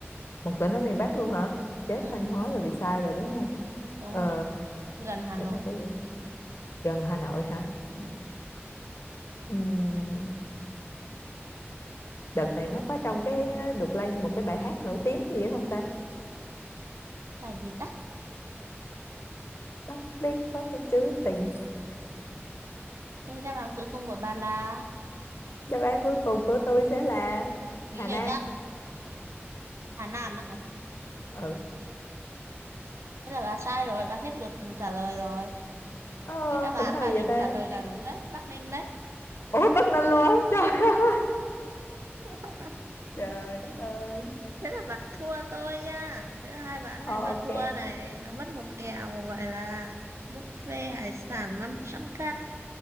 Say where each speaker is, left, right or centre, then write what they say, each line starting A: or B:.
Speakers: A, on the left; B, on the right.
A: một tỉnh ở miền Bắc luôn hả chết
B: ừ,
A: Thanh Hóa là vì sai rồi đúng không
B: đúng
A: ờ,
B: rồi gần Hà
A: tỉnh
B: Nội
A: nào có diện tích gần Hà Nội hả
B: ừ.
A: Ừm, đợt này nó có trong cái ờ, được lên một cái bài hát nổi tiếng gì đó không ta
B: là gì ta
A: Bắc Ninh có trong trữ tình
B: thế đáp án cuối cùng của bà là
A: đáp án cuối cùng của tôi sẽ là Hà
B: nghĩ
A: Nam
B: cho chắc Hà Nam á hả
A: ừ
B: thế là bà sai rồi bà hết lượt trả lời rồi
A: ờ,
B: cái đáp án
A: tỉnh nào
B: bà định
A: vậy ta
B: trả lời là đúng đấy Bắc Ninh đấy
A: ủa Bắc Ninh luôn á trời ơi
B: <laughs>
A: trời đất ơi
B: thế là bà thua tôi nha thế là hai ván
A: ờ,
B: này bà
A: ok
B: thua này bà mất một kèo gọi là buffet hải sản năm trăm k